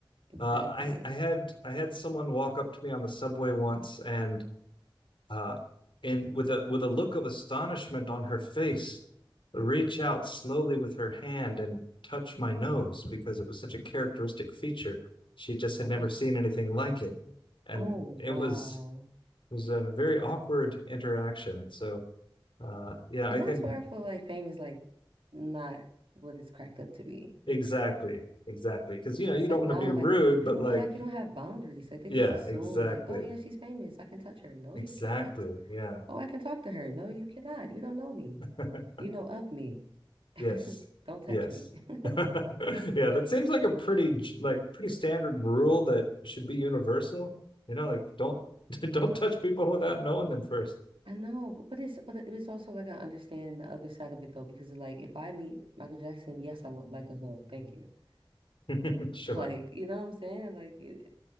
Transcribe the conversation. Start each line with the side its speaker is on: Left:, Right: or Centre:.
Right: Exactly.
Left: Uh, I I had I had someone walk up to me on the subway once and uh, and with a with a look of astonishment on her face, reach out slowly with her hand and touch my nose because it was such a characteristic feature. She just had never
Right: Ugh.
Left: seen anything like it, and
Right: Oh,
Left: it
Right: wow.
Left: was it was a very awkward interaction. So uh, yeah,
Right: And
Left: I can
Right: that's where I feel like fame is like not what it's cracked up to be.
Left: exactly exactly because you know
Right: It's
Left: you don't
Right: like
Left: want
Right: now,
Left: to be rude,
Right: like if people
Left: but like
Right: feel like you don't have boundaries, like they
Left: yeah,
Right: just assume
Left: exactly
Right: like, oh yeah, she's famous. I can touch her. No,
Left: exactly
Right: you cannot.
Left: yeah.
Right: Oh, I can talk to her. No, you cannot. You don't know me.
Left: <laughs>
Right: You know of me. <laughs>
Left: Yes.
Right: Don't touch
Left: Yes.
Right: me. <laughs>
Left: <laughs> Yeah, that seems like a pretty g- like pretty standard rule that should be universal. You know, like don't <laughs> don't touch people without knowing them first.
Right: I know, but, but it's but it- it's also like I understand the other side of it though, because like if I meet Michael Jackson, yes, I would like a hug. Thank you. <laughs>
Left: <laughs> Sure.
Right: Like, you know what I'm saying? Like it,